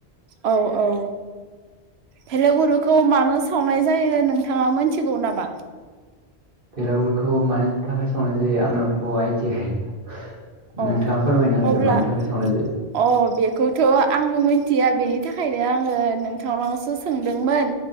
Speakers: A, on the right; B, on the right.
A: औ औ भेलागुरुखौ मानो सावनाय जायो नोंथाङा मोनथिगौ नामा
B: <unintelligible>
A: औ
B: नोंथाङा फोरमायना होदो
A: अब्ला
B: मानि थाखाय सावनाय जायो
A: अ बेखौथ आंबो मिथिया बेनि थाखायनो आङो नोंथांनावसो सोंदोंमोन